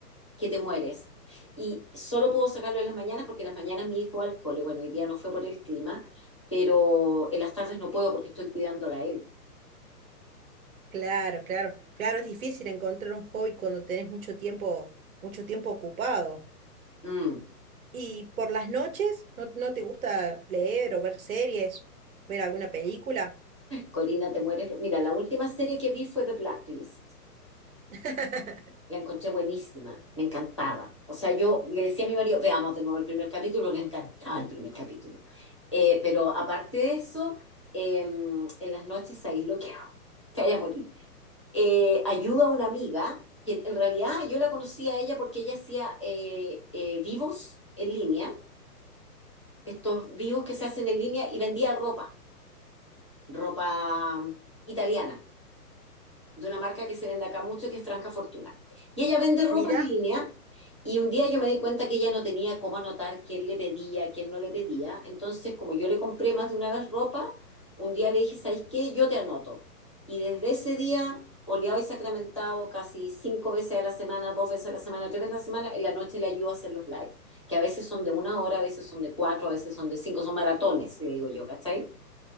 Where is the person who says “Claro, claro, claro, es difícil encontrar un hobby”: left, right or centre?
Right